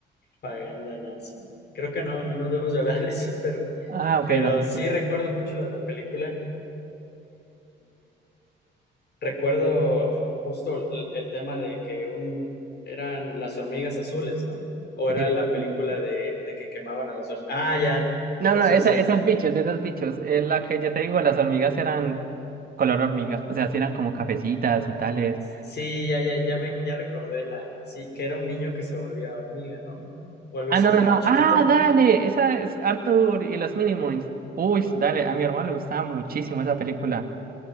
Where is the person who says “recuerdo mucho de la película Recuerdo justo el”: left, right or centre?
Left